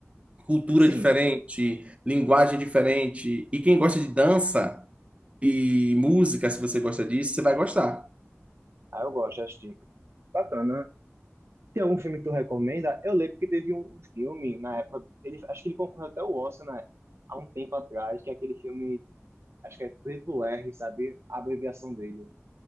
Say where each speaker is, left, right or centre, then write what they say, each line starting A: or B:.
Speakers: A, on the right (about 25°); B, on the right (about 60°).
A: cultura
B: Sim,
A: diferente, linguagem diferente. E quem gosta de dança e música, se você gosta disso, você vai gostar.
B: ah, eu gosto, acho que bacana. Tem algum filme que tu recomenda? Eu lembro que teve um um filme na época, ele, acho que ele concorreu até o Oscar, né, há um tempo atrás, que é aquele filme, acho que é Triple R, sabe? A abreviação dele.